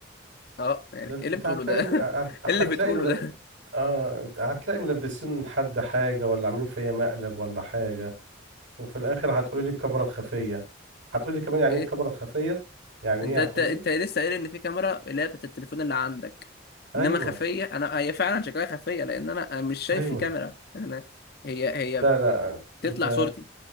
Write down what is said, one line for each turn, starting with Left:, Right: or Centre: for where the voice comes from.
Left: اه يعني
Right: ده
Left: ايه اللي
Right: انت
Left: بتقوله
Right: هتلاقي
Left: ده <laughs>
Right: هتلاقي
Left: ايه اللي بتقوله
Right: مل...
Left: ده
Right: اه انت هتلاقي ملبسين حد حاجة ولا عاملين فيا مقلب ولا حاجة وفي الاخر هتقولي لي الكاميرا الخفيه هتقولي كمان يعني
Left: <laughs> ايه
Right: ايه الكاميرا الخفيه يعني
Left: انت
Right: ايه
Left: انت
Right: هتقولي
Left: انت لسه قايل ان في كاميرا اللي هي بتاعت التليفون اللي عندك
Right: ايوه
Left: انما خفيه انا هي فعلا شكلها خفيه لان انا أنا مش شايف
Right: ايوه
Left: في كاميرا انا هي هي
Right: لا لا
Left: بتطلع
Right: انت
Left: صورتي